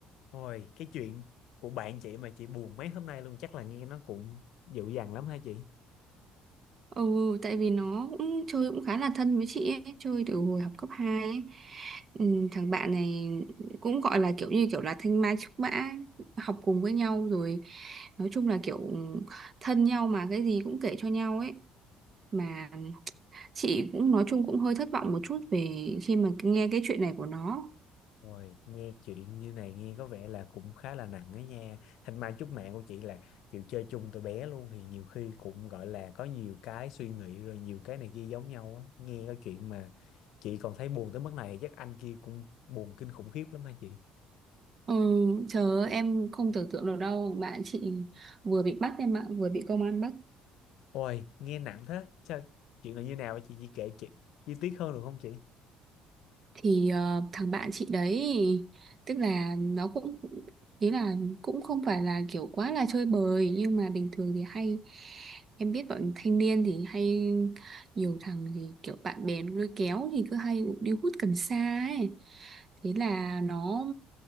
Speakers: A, on the left; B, on the right.
A: Ôi, cái chuyện của bạn chị mà chị buồn mấy hôm nay luôn, chắc là nghe nó cũng dịu dàng lắm hả chị?
B: Ừ, tại vì nó cũng chơi cũng khá là thân với chị ấy, chơi từ hồi học cấp hai. ấy. Ừ, thằng bạn này cũng gọi là kiểu như kiểu là thanh mai trúc mã, học cùng với nhau rồi nói chung là kiểu thân nhau mà cái gì cũng kể cho nhau ấy. Mà chị cũng nói chung cũng hơi thất vọng một chút về khi mà nghe cái chuyện này của nó
A: Ôi, nghe chuyện như này nghe có vẻ là cũng khá là nặng ấy nha. Thành mai chúc mẹ của chị là kiểu chơi chung từ bé luôn thì nhiều khi cũng gọi là có nhiều cái suy nghĩ rồi nhiều cái này kia giống nhau á. Nghe cái chuyện mà chị còn thấy buồn tới mức này chắc anh kia cũng buồn kinh khủng khiếp lắm hả chị?
B: ừ, chờ em không tưởng tượng được đâu bạn chị vừa bị bắt em ạ vừa bị công an bắt
A: Ôi, nghe nặng thế. Sao chuyện là như nào hả chị? Chị kể chị chi tiết hơn được không chị?
B: thì ờ, thằng bạn chị đấy tức là nó cũng ý là cũng không phải là kiểu quá là chơi bời nhưng mà bình thường thì hay em biết bọn thanh niên thì hay nhiều thằng thì kiểu bạn bè nó lôi kéo thì cứ hay đi hút cần sa ấy thế là nó